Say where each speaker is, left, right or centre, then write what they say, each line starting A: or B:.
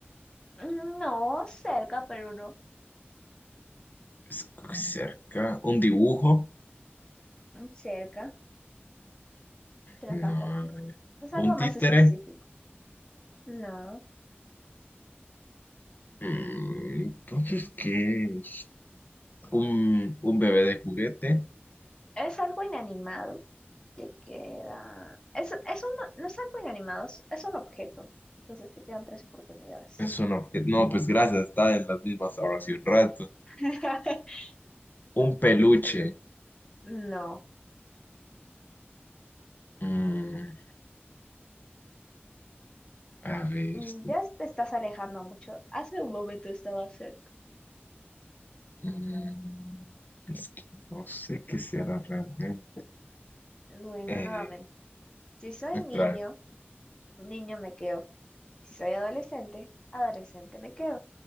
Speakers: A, on the left (about 20°); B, on the left (about 45°).
A: Mm, No, cerca, pero no.
B: Es cerca. ¿Un dibujo?
A: Mm, Cerca, pero
B: No.
A: tampoco. Es
B: ¿Un
A: algo más
B: títere?
A: específico. No,
B: Mm, Entonces, ¿qué es? ¿Un, un bebé de juguete?
A: es algo inanimado. Te queda. es eso no, no es algo inanimado, es, es un objeto. Entonces te quedan tres oportunidades.
B: Es un objeto. No, pues gracias, está en las mismas ahora hace un rato.
A: <laughs>
B: Un peluche.
A: Mm, sí. No.
B: Mm, a ver.
A: Mm,
B: esto-
A: Ya te estás alejando mucho. Hace un momento estaba cerca.
B: mm, es que no sé qué será realmente.
A: Bueno,
B: Eh,
A: nuevamente. Si soy
B: otra
A: niño,
B: vez.
A: niño me quedo. Si soy adolescente, adolescente me quedo.